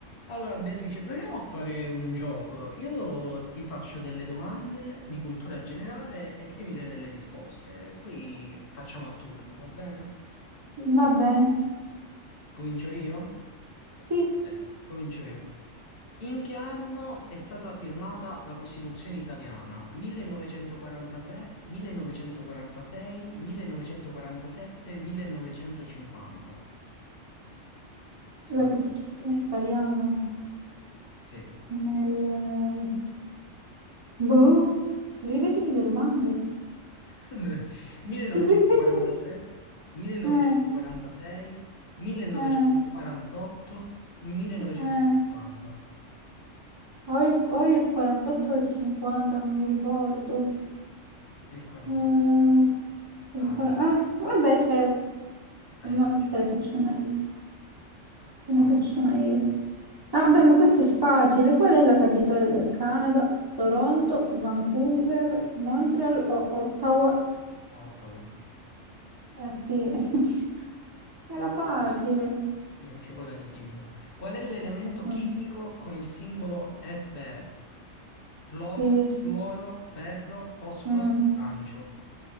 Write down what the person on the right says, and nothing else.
Va bene,
sì,
la Costituzione
italiana
nel... Boh, ripetimi le domande.
<laughs> Ripetimi.
Eh,
eh,
eh. Ho il, ho il 48 e il 50, non mi ricordo.
Eh,
il qua-
ah,
vabbè, c'è...
Ma
te ne faccio
una io. Te ne
faccio una io. Vabbè, ma questo è facile. Qual è la capitale del Canada? Toronto, Vancouver, Montreal o Ottawa?
Eh sì, <laughs> era facile.
Mm,
Sì,
Mm,